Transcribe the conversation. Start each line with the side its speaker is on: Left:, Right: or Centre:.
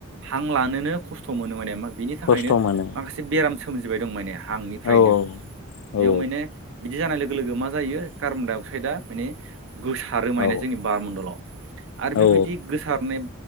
Right: हां लानोनो खस्थ' मोनो माने मा बिनि थाखायनो
Left: खस्थ' मोनो
Right: माखासे बेराम सोमजिबाय दं माने। हांनिफ्रायनो
Left: औ
Right: बेयाव
Left: औ
Right: माने बिदि जानाय लोगो लोगो मा जायो कार्बन-डाइ अक्साइदआ माने गोसाार रोमायनाय
Left: औ
Right: जोंनि बार मणडलाव आरो बेबायदि
Left: औ
Right: गोसारनाय